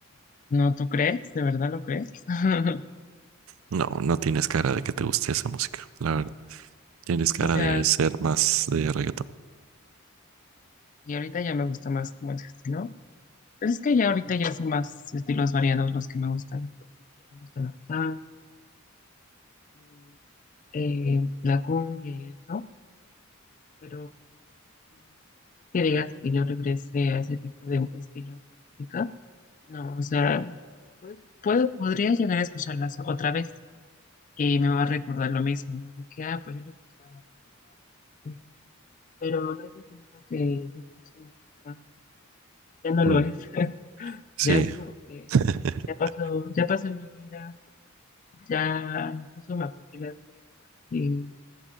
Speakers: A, on the left; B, on the right.
A: No, ¿tú crees? ¿De verdad lo crees? <laughs>
B: No, no tienes cara de que te guste esa música, la verdad. Tienes cara
A: O sea,
B: de ser más de reggaetón.
A: Y ahorita ya me gusta más como ese estilo. Pero es que ya ahorita ya son más estilos variados los que me gustan. Por ejemplo, me gusta la salsa, y, eh, la cumbia y eso. Pero pues, así que digas que yo regrese a ese tipo de estilos de música. No, o sea, pues, puedo, podría llegar a escucharlas otra vez y me va a recordar lo mismo, ¿no? De que, ah, pues yo lo escuchaba en la secundaria, sí, pero no es un género que yo consumo, o sea, ya no lo
B: Mm,
A: es.
B: Sí,
A: Ya es como que
B: <laughs>
A: ya pasó, ya pasó mi vida, ya incluso me aprendí las letras y